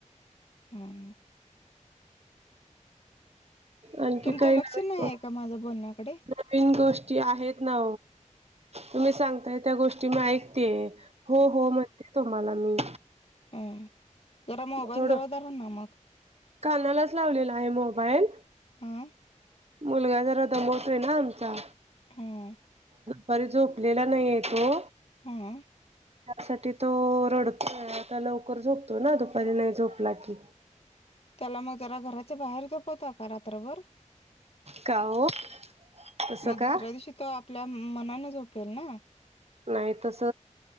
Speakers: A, on the left (about 50°); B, on the right (about 55°).
A: हम
B: आणखी
A: तुमचं
B: काही
A: लक्षण
B: नवीन
A: आहे का माझं बोलण्याकडे
B: नवीन गोष्टी आहेत ना तुम्ही सांगताय त्या गोष्टी मी ऐकते हो हो म्हणते तो मला मी
A: अ जरा मोबाईल
B: थोडं
A: जवळदार ना मग
B: कानालाच लावलेला आहे मोबाईल
A: हं
B: मुलगा जरा दमवतोय ना आमचा
A: हं
B: बर झोपलेला नाही आहे तो
A: हा
B: त्यासाठी तो रडतोय आता लवकर झोपतो ना दुपारी नाही झोपला की
A: त्याला मग जरा घराच्या बाहेर झोपवता का रात्रभर
B: का ओ तसं
A: मग दुसऱ्या
B: का
A: दिवशी तो आपल्या मनान झोपेल ना
B: नाही तस